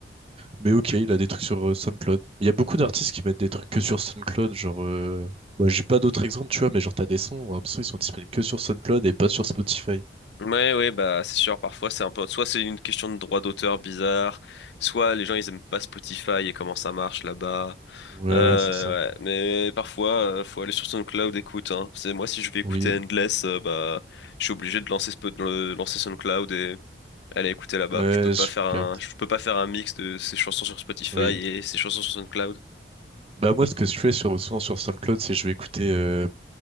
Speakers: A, on the right (about 30°); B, on the left (about 75°).
A: Mais ok, il a des trucs sur euh, SoundCloud. Il y a beaucoup d'artistes qui mettent des trucs que sur SoundCloud, genre... euh, bah, j'ai pas d'autres exemples, tu vois, mais genre t'as des sons, un son, ils sont disponibles que sur SoundCloud et pas sur Spotify.
B: Ouais, ouais, bah c'est sûr, parfois c'est un peu. Soit c'est une question de droit d'auteur bizarre, soit les gens ils aiment pas Spotify et comment ça marche là-bas.
A: Ouais,
B: Euh,
A: c'est ça.
B: ouais, mais parfois euh, faut aller sur SoundCloud écoute. Hein. C'est moi si je vais écouter
A: Oui.
B: Endless, euh, bah je suis obligé de lancer, Spo- de le- lancer SoundCloud et aller écouter là-bas.
A: Euh,
B: Je peux pas
A: je
B: faire un,
A: capte.
B: je peux pas faire un mix de ces chansons sur Spotify
A: Oui.
B: et ces chansons sur SoundCloud.
A: Bah moi, ce que je fais sur, souvent sur SoundCloud, c'est je vais écouter euh,